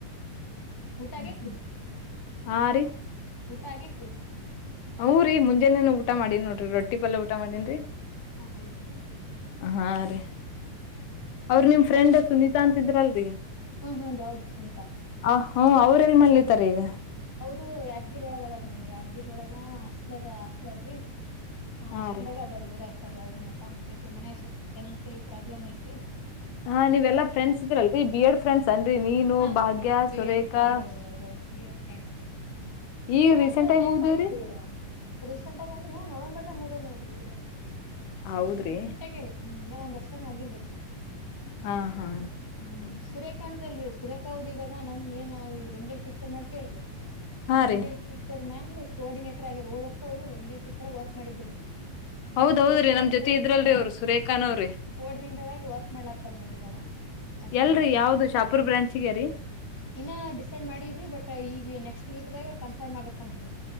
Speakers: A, on the left (about 20°); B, on the left (about 75°).
A: ಊಟ
B: ಹ್ಮ
A: ಆಗೇತ್ರಿ
B: ಹ್ಮ ಆರಿ
A: ಊಟ ಆಗೇತ್ರಿ
B: ಹ್ ರರಿ ಮುಂಜಾನೇನು ಊಟ ಮಾಡೀನ್ ನೋಡ್ರಿ ರೊಿ ಪಲ್ಯ ಊಟ ಮಾಡೀನ್ರರಿ
A: ಹೌದ
B: ಹಾ ರೀ ಅವ್ರ ನಿಮ್ ಫ್ರೆಂಡ್
A: ಮತ್
B: ಸುನೀತಾ ಅಂತಿದ್ರಲ್ರಿ
A: ಹ್ಮ್ ಹ್ಮ್ ಹೌದ್ರಿ ಸುನೀತಾ
B: ಅ ಹ್ಮ ಅವ್ರ ಎಲ್ ಮಾಡಲಿತಾರ ಈಗ
A: ಅವರು ಯಾದ್ಗಿರ ಒಳಗ ಅದ ನೋಡ್ರಿ ಯಾದ್ಗಿರಿ ಒಳಗ ಹಾಸ್ಟೆಲ್ ಅದ ಹಾಸ್ಟಲ ಅದ್ರಿ ಹ
B: ಹಾ
A: ಅಷ್ಟ್ದಾಗ
B: ರೀ
A: ಅದ್ರ ಓದಾಗಾತಾರೆ ಅವ್ರರುನ್ನು ಕಾಂಪ್ಟೇಟಿವ್ ಮನೆ ಫನ್ಸಿಯಲಿ ಪ್ರಾಬ್ಲಮ್ ಐತ
B: ಹ ನೀವೆಲ್ಲಾ ಫ್ರೆಂಡ್ಸ್ ಇದ್ರಲ್ರರಿ ಬಿ ಎಡ್ ಫ್ರೆಂಡ್ಸ್ ಅನ್ರರಿ ನೀನು
A: ಹಾ
B: Bhagya
A: B Ed B
B: Surekha
A: Ed B Ed friend ಸುರೇಕ್
B: ಈಗ ರೀಸೆಂಟ್
A: ಅಂದ್ರೆ
B: ಆಗಿ
A: ನೆನಪ
B: ಮುಗ್ದವ್ರಿ
A: ಐತ್ರಿ ರೀಸೆಂಟ್ ಆಗ ಅಂದ್ರೆ ಹ ನವೆಂಬರ್ ಮುಗುದಾದ ನೋಡ್ರಿ ವ
B: ಹೌದ್ರಿ
A: ರಸೆಂಟ್ ಆಗಿ ಇನ್ನ ಒಂದ್ ವರ್ಷನ್ ಆಗಿರ್ಲಿ
B: ಹಾ ಹಾ
A: ಹ್ಮ ಸುರೇಖ ಅಂದ್ರಲ್ರರಿ ಸುರೇಖ ಅವ್ರರಿ ಇವಾಗ ನಮ ಏನ್ ನಾವ್ ಈಗ ರೆಮಿಡಲ್ ಟೀಚರ್ ಮಾಡ್ತೇಲ್ರರಿ
B: ಹಾ
A: ರೆಂಡೇಳ್
B: ರೀ
A: ಟೀಚರ್ ಮ್ಯಾಗ ಕೋಆರ್ಡೇಟರ್ ಆಗಿರ್ ಹೋದರ್ಸ ಅವರುಡ್ ಎಳ್ ಟೀಚರ್ ಆಗ ವರ್ಕ್ ಮಾಡಿದ್ರಿ
B: ಹೌದೌದ್ರಿ
A: ಈ ವರ್ಷವರು
B: ನಮ್ ಜೊತೆ
A: ಕೋಆರ್ಡಿನೇಟರ್
B: ಇದ್ರಲ್ರಿ ಅವ್ರು
A: ಆಗ
B: ಸುರೇಖಾನವ್ರಿ
A: ಕೋರ್ಡಿನೇಟರ್ ಆಗಿ ವರ್ಕ್ ಮಾಡ್ಲಾತ್ತ ನೋ ಇವಾಗ ಯಾದಗಿರೊಳಗ
B: ಎಲ್ರರಿ ಯಾವ್ದ ಶಾಪುರ್ ಬ್ರಾಂಚಗ ರೀ
A: ಇನ್ನ ಡಿಸೈಡ್ ಮಾಡಿಲ್ರರಿ ಬಟ್ ಈ ನೆಕ್ಸ್ಟ್ ವೀಕ್ದಾಗ ಕನ್ಫರ್ಮ್ ಆಗತ್ತತ್ರಿ